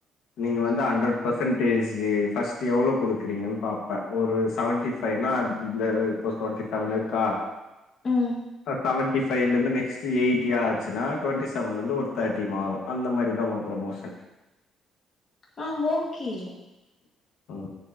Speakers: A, on the left; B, on the left.
A: நீங்க
B: ம்
A: வந்து ஹண்ட்ரட் பெர்சன்டேஜு ஃபஸ்ட்டு எவ்ளோ குடுக்குறீங்கன்னு பாப் ப ஒரு செவன்டி ஃபைவ்னா இந்த இப்ப டுவென்டி செவன் இருக்கா
B: ம்
A: ஆ செவன்டி ஃபைவ்லருந்து நெக்ஸ்ட்டு எய்ட்டி ஆச்சுன்னா டுவென்டி செவன்லருந்து ஒரு தேர்ட் டி மாறு அந்த மாதிரி தா உங்க ப்ரமோஷன்
B: ஆ ஓகே
A: ஆ